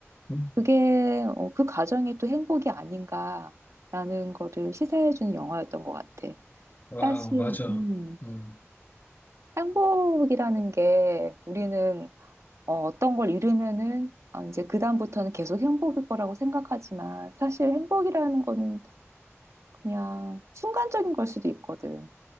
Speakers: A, on the left; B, on the right.
A: 음.
B: 그게, 어, 그 과정이 또 행복이 아닌가라는 거를 시사해주는 영화였던 것 같아.
A: 와우,
B: 사실,
A: 맞아.
B: 음,
A: 음,
B: 행복이라는 게 우리는 어, 어떤 걸 잃으면은 어, 이제 그다음부터는 계속 행복일 거라고 생각하지만 사실 행복이라는 거는 그냥 순간적인 걸 수도 있거든.